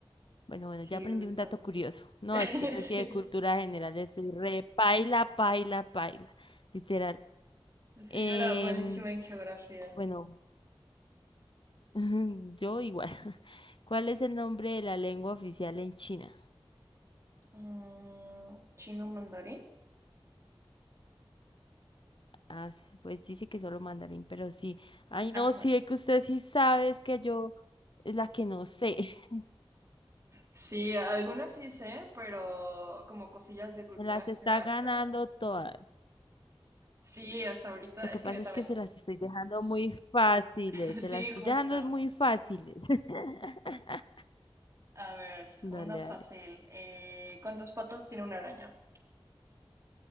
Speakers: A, on the left; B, on the right.
A: bueno, bueno,
B: sí,
A: ya aprendí
B: justo.
A: un dato curioso. No,
B: <laughs>
A: es que yo
B: Sí.
A: sí de cultura general soy re paila, paila, paila, literal.
B: Sí,
A: Em,
B: yo era malísima en geografía.
A: bueno, <laughs> yo igual. <laughs> ¿Cuál es el nombre de la lengua oficial en China?
B: Mm, ¿chino mandarín?
A: Ah, s- pues dice que solo mandarín, pero sí. Ay,
B: Ah,
A: no,
B: bueno.
A: sí, es que usted sí sabe, es que yo es la que no sé. <laughs>
B: Sí, algunas sí sé, pero como cosillas de cultura
A: Me las
B: general,
A: está ganando
B: pero
A: todas.
B: sí, hasta ahorita
A: Lo que
B: es
A: pasa
B: que también.
A: es que se las estoy dejando muy fáciles,
B: <laughs>
A: se
B: Sí,
A: las estoy
B: justo.
A: dejando muy fáciles. <laughs>
B: A ver,
A: Dale,
B: una fácil.
A: dale.
B: Eh, ¿cuántas patas tiene una araña?